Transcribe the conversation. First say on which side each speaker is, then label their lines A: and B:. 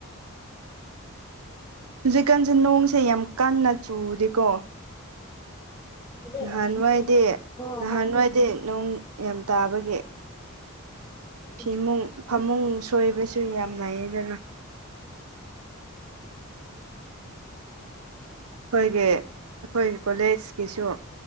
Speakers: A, on the right; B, on the left.
A: ꯍꯧꯖꯤꯛꯀꯥꯟꯁꯦ ꯅꯣꯡꯁꯦ ꯌꯥꯝ ꯀꯟꯅ ꯆꯨꯗꯦꯀꯣ
B: ꯆꯨꯝꯗꯦ
A: ꯅꯍꯥꯟꯋꯥꯏꯗꯤ
B: ꯍꯣꯏ
A: ꯅꯍꯥꯟꯋꯥꯏꯗꯤ
B: ꯍꯣꯏ
A: ꯅꯣꯡ ꯌꯥꯝ ꯇꯥꯕꯒꯤ
B: ꯏꯁꯤꯡ
A: ꯐꯤꯃꯨꯡ
B: ꯆꯥꯎꯕ ꯑꯗꯨꯒꯤ
A: ꯐꯃꯨꯡ ꯁꯣꯏꯕꯁꯨ ꯌꯥꯝ ꯅꯏꯌꯦꯗꯅ
B: ꯎꯝ
A: ꯑꯩꯈꯣꯏꯒꯤ ꯑꯩꯈꯣꯏꯒꯤ ꯀꯣꯂꯦꯖꯀꯤꯁꯨ